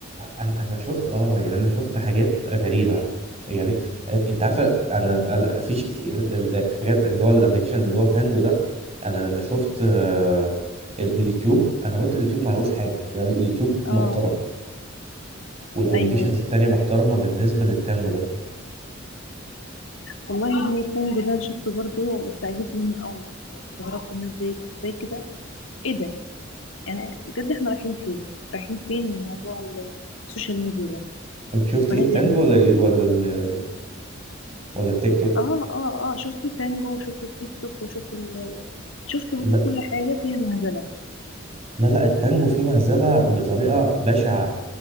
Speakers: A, on the right; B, on the left.
A: انا أنا شفت اه يعني انا شفت حاجات غريبه يعني انت عارفه انا أنا- في ش- في ال- ال- الحاجات اللي هو الابلكيشن اللي هو تانجو ده انا لما شفت آه، ال- اليوتيوب انا قلت اليوتيوب ما عليهوش حاجه اليوتيوب
B: اه
A: محترم والابلكيشنز
B: ايوه
A: التانيه محترمه بالنسبه للتانجو ده
B: والله يا ابني التانجو ده انا شفته برضه بس عجبت منه قوي يعني استغربت الناس ازاي ازاي كده ايه ده يعني بجد احنا رايحين فين رايحين فين من موضوع السوشيال ميديا ده
A: انت شفت
B: لغاية
A: ايه التانجو
B: يعني
A: ولا ال- ولا ال- ولا التيك توك
B: اه اه اه شفت التانجو وشفت التيك توك وشفت ال شفت بص
A: لا
B: كل حاجة فيها مهزلة
A: لا لا التانجو فيه مهزله بطريقه بشعه